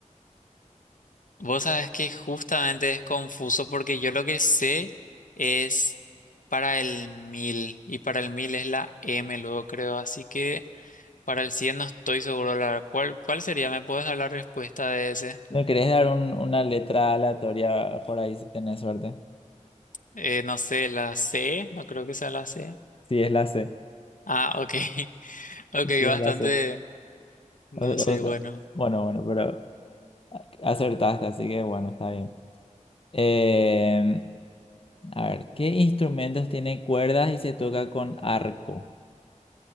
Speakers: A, on the left; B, on the left.
A: Vos sabés que justamente es confuso porque yo lo que sé es para el mil y para el 1000 es la M luego creo, así que para el 100 no estoy seguro la cuál cuál sería, ¿me puedes dar la respuesta de ese?
B: ¿No querés dar un- una letra aleatoria por ahí si tenés suerte?
A: Eh, no sé, la C, no creo que sea la C.
B: Sí, es la C.
A: Ah, ok. <laughs> Ok,
B: Sí,
A: bastante
B: es la C.
A: no
B: O-
A: sé,
B: o sea,
A: bueno.
B: bueno, bueno, pero acertaste, así que bueno, está bien. Eh, a ver, ¿qué instrumentos tienen cuerdas y se toca con arco?